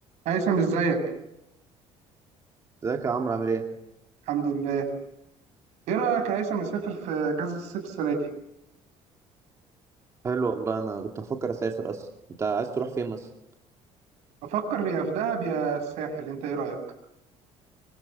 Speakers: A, on the right (about 75°); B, on the right (about 25°).
A: هيثم ازيك
B: ازيك يا عمرو عامل ايه؟
A: الحمد لله ايه رايك يا هيثم نسافر في اجازه الصيف السنه دي
B: حلو والله انا كنت بفكر اسافر اصلا انت عايز تروح فين مثلا؟
A: بفكر يا في دهب يا الساحل انت ايه رايك